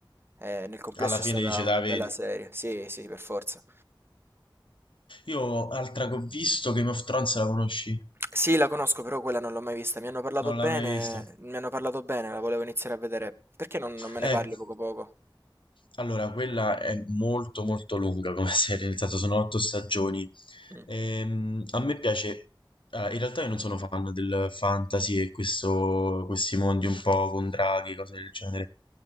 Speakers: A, on the right; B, on the left.
A: eh, nel complesso
B: Alla fine
A: è stata
B: dice,
A: una
B: da vedi.
A: bella serie, sì, sì, per forza.
B: Io, altra che ho visto, Game of Thrones la conosci?
A: Sì, la conosco, però quella non l'ho mai vista. Mi hanno parlato
B: Non
A: bene,
B: l'hai mai vista?
A: mi hanno parlato bene, la volevo iniziare a vedere. Perché non, non me
B: Ecco.
A: ne parli poco poco?
B: Allora, quella è molto molto lunga come <laughs> serie, nel senso sono otto stagioni.
A: Mm,
B: Ehm, a me piace, ah, in realtà io non sono fan del fantasy e questo- questi mondi un po' con draghi, cose del genere,